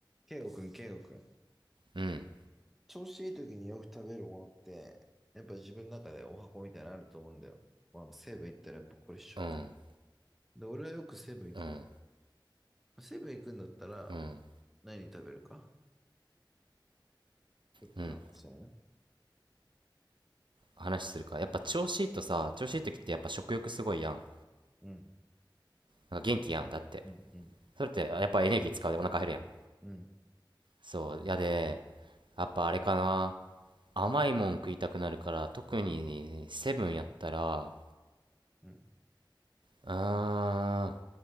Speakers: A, in the centre; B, on the right.
A: ケイゴくん、ケイゴくん。
B: うん、
A: 調子いい時によく食べるものって、やっぱ自分の中でお箱みたいなのあると思うんだよ。まあ、セブン行ったらやっぱこれしちゃうと。
B: うん、
A: で、俺はよくセブン行くか
B: うん、
A: ら。セブン行くんだったら、
B: うん、
A: 何食べるかちょっと話したいな。
B: うん。話するか。やっぱ調子いいとさ、調子いい時ってやっぱ食欲すごいやん。
A: うん、
B: なんか元気やん、だって。
A: うん、うん、
B: それってやっぱエネルギー使うでお腹減るやん。
A: うん、
B: そう、やで、やっぱあれかな。甘いもん食いたくなるから、特にセブンやったら、
A: うん、
B: うーん、あ